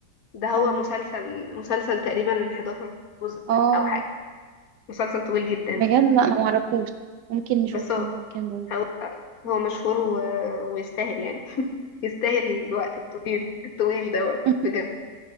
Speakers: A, on the left (about 60°); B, on the right (about 75°).
A: ده هو
B: بتاع مين؟
A: مسلسل مسلسل تقريبا 11 جزء
B: اه
A: أو حاجة مسلسل طويل جدا
B: بجد لا أنا معرفوش ممكن نشوفه
A: بس هو
B: ممكن برضه
A: هو هو مشهور و... ويستاهل يعني <laughs> يستاهل الوقت الطويل الطويل دوت
B: <laughs>
A: بجد